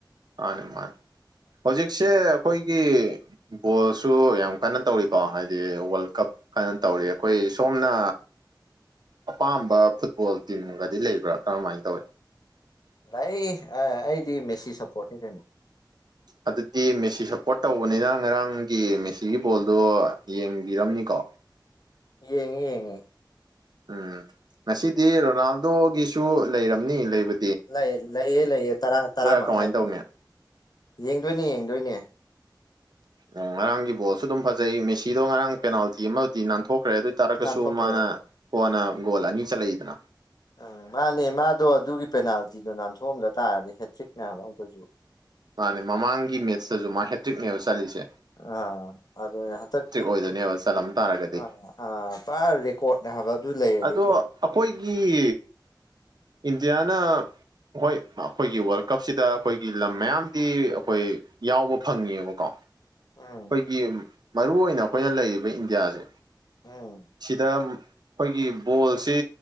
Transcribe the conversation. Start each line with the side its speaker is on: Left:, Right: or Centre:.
Right: ꯃꯥꯅꯤ ꯃꯥꯅꯤ ꯍꯧꯖꯤꯛꯁꯦ ꯑꯩꯈꯣꯏꯒꯤ ꯐꯠ ꯕꯣꯜꯁꯨ ꯌꯥꯝ ꯀꯟꯅ ꯇꯧꯔꯤꯀꯣ ꯍꯥꯏꯗꯤ ꯋꯥꯔꯜ ꯀꯞ ꯀꯟꯅ ꯇꯧꯔꯤ ꯑꯩꯈꯣꯏ ꯁꯣꯝꯅ ꯑꯄꯥꯝꯕ ꯐꯨꯠꯕꯣꯜ ꯇꯤꯝꯒꯗꯤ ꯂꯩꯕ꯭ꯔꯥ ꯀꯔꯝꯍꯥꯏꯅ ꯇꯧꯋꯤ
Left: ꯑꯩ ꯑꯩꯗꯤ ꯃꯦꯁꯤ ꯁꯞꯄꯣꯔꯠꯅꯤ ꯀꯩꯅꯣ
Right: ꯑꯗꯨꯗꯤ ꯃꯦꯁꯤ ꯁꯞꯄꯣꯔꯠ ꯇꯧꯕꯅꯤꯅ ꯉꯔꯥꯡꯒꯤ ꯃꯦꯁꯤꯒꯤ ꯕꯣꯜꯗꯣ ꯌꯦꯡꯕꯤꯔꯝꯅꯤꯀꯣ
Left: ꯌꯦꯡꯉꯦ ꯌꯦꯡꯉꯦ
Right: ꯎꯝ ꯃꯁꯤꯗꯤ ꯔꯣꯅꯥꯜꯗꯣꯒꯤ ꯁꯨ ꯂꯩꯔꯝꯅꯤ ꯂꯩꯕ
Left: ꯂꯩ ꯂꯩꯌꯦ ꯂꯩꯌꯦ ꯇꯔꯥ ꯇꯔꯥ ꯃꯈꯥꯏꯗꯅꯦ
Right: ꯀꯃꯥꯏꯅ ꯇꯧꯅꯤ
Left: ꯌꯦꯡꯗꯣꯏꯅꯦ ꯌꯦꯡꯗꯣꯏꯅꯦ
Right: ꯑꯣ ꯉꯔꯥꯡꯒꯤ ꯕꯣꯜꯁꯨ ꯑꯗꯨꯝ ꯐꯖꯩ ꯃꯦꯁꯤꯗꯣ ꯉꯔꯥꯡ ꯄꯦꯅꯥꯜꯇꯤ ꯑꯃꯗꯤ ꯅꯥꯟꯊꯣꯛ ꯈ꯭ꯔꯦ ꯑꯗꯨ ꯑꯣꯏ ꯇꯥꯔꯒꯁꯨ
Left: ꯅꯥꯟꯊꯣꯛꯈ꯭ꯔꯦ
Right: ꯃꯥꯅ ꯀꯣꯟꯅ ꯒꯣꯜ ꯑꯅꯤ ꯆꯠꯂꯛꯏꯗꯅ
Left: ꯎꯝ ꯃꯥꯅꯦ ꯃꯥꯗꯣ ꯑꯗꯨꯒꯤ ꯄꯦꯅꯥꯜꯇꯤꯗꯣ ꯅꯥꯟꯊꯣꯛꯑꯝꯗ ꯇꯥꯔꯒꯗꯤ ꯍꯦꯇ꯭ꯔꯤꯛꯅꯦꯕ ꯑꯃꯨꯛꯀꯥꯁꯨ
Right: ꯃꯥꯅꯦ ꯃꯃꯥꯡꯒꯤ ꯃꯦꯠꯁꯇꯁꯨ ꯃꯥ ꯍꯦꯛ ꯇꯔꯤꯛꯅꯦꯕ ꯆꯥꯂꯤꯜꯁꯦ
Left: ꯑꯥ ꯑꯗꯨꯅꯦ ꯍꯟꯗꯛ
Right: ꯑꯣꯏꯗꯣꯏꯅꯦꯕ ꯆꯠꯂꯝ ꯇꯥꯔꯒꯗꯤ
Left: ꯑꯥ ꯑꯥ ꯄꯨꯔ ꯔꯦꯀꯣꯔꯠ ꯍꯥꯏꯕ ꯑꯗꯨ ꯂꯩꯔꯗꯤ
Right: ꯑꯗꯣ ꯑꯩꯈꯣꯏꯒꯤ ꯏꯟꯗꯤꯌꯥꯅ ꯍꯣꯏ ꯑꯩꯈꯣꯏꯒꯤ ꯋꯥꯔꯜ ꯀꯞꯁꯤꯗ ꯑꯩꯈꯣꯏꯒꯤ ꯂꯝ ꯃꯌꯥꯝ ꯗꯤ ꯑꯩꯈꯣꯏ ꯌꯥꯎꯕ ꯐꯪꯉꯦꯕꯀꯣ ꯑꯩꯈꯣꯏꯒꯤ
Left: ꯎꯝ
Right: ꯃꯔꯨꯏ ꯑꯣꯏꯅ ꯑꯩꯈꯣꯏꯅ ꯂꯩꯔꯤꯕ ꯏꯟꯗꯤꯌꯥꯖꯦ
Left: ꯎꯝ
Right: ꯁꯤꯗꯥ ꯑꯩꯈꯣꯏꯒꯤ ꯕꯣꯜꯁꯦ